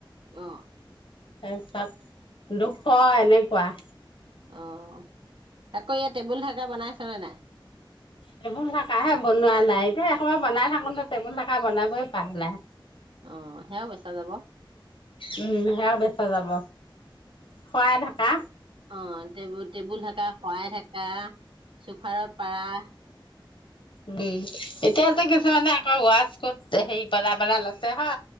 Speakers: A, on the right; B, on the left.
A: অ
B: তাৰপিছত দুশ এনেকুৱা
A: অ' আকৌ ইয়াত টেবুল ঢাকা বনাইছনে নাই?
B: টেবুল ঢাকাহে বনোৱা নাই এতিয়া একোবাৰ বনাই থাকোতে টেবুল ঢাকা বনাবই পাহলে
A: অ' সেয়াও বেচা যাব।
B: উম সেয়াও বেচা যাব শৰাই ঢাকা
A: অ' টেবু-টেবুল ঢাকা, শৰাই ঢাকা, চোফাৰত পাৰা।
B: বি <unintelligible> এতিয়া
A: অ
B: <unintelligible> অ' ৱাছকোত, হেৰি পেলাব বনাই লৈছে হা,